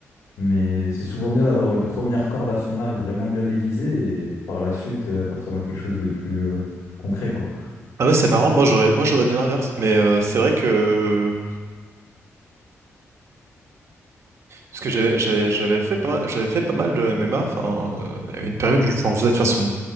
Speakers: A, on the left (about 90°); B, on the right (about 60°).
A: mais c'est souvent bien d'avoir une première corde à son arc vraiment bien aiguisée et par la suite euh, partir dans quelque chose de plus, euh, plus concret, quoi.
B: Ah ouais, c'est marrant. Moi j'aurais moi j'aurais dit l'inverse, mais euh, c'est vrai que parce que j'avais j'avais j'avais fait pas mal, j'avais fait pas mal de MMA. Enfin euh, il y avait une période où j'en faisais de façon